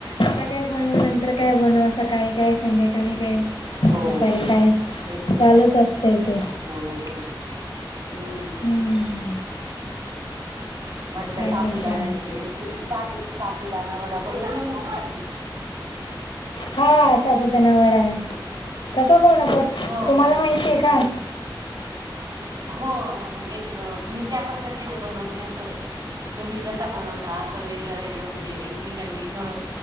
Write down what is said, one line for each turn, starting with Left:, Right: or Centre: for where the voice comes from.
Left: आता काय बनू, नंतर काय बनुव, सकाळी काय, संध्याकाळी काय
Right: हो
Left: दुपारी काय
Right: तेच ना
Left: चालूच असतय ते.
Right: हो बरोबर हम्म.
Left: हम्म.
Right: म्हटलं
Left: काय
Right: साबुदाण्याची
Left: बोलताय
Right: रेसिपी साधू साबुदाणा वडा बनवलेला होता की.
Left: हा साबूदाणा वडा कसा बनवत
Right: हो
Left: तुम्हाला
Right: का?
Left: माहितीय का?
Right: हो म्हणजे अ मी ज्या पद्धतीने बनवते अस तोम्ही कसा बनवता? असं वेगळं, वेगळं म्हणजे एकमेकांनी थोड